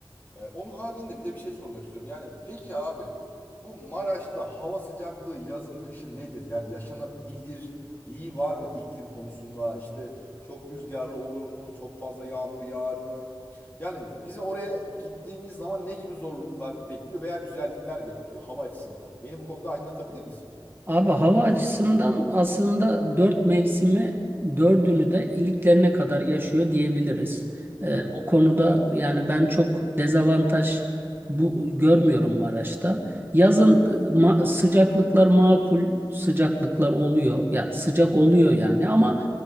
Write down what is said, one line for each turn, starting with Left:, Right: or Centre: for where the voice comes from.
Left: E, onun haricinde bir de bir şey sormak istiyorum. Yani peki abi bu Maraş'ta hava sıcaklığı yazın kışın nedir? Yani yaşanabilirliği var mı iklim konusunda? İşte çok rüzgarlı olur mu? Çok fazla yağmur yağar mı? Yani bizi oraya gittiğimiz zaman ne gibi zorluklar bekliyor veya güzellikler bekliyor hava açısından? Beni bu konuda aydınlatabilir misin?
Right: Abi hava açısından aslında dört mevsimi dördünü de iliklerine kadar
Left: Hı.
Right: yaşıyor diyebiliriz. Ee, o konuda yani ben çok dezavantaj bu görmüyorum Maraş'ta. Yazın e, ma- sıcaklıklar makul sıcaklıklar oluyor. Ya sıcak oluyor yani ama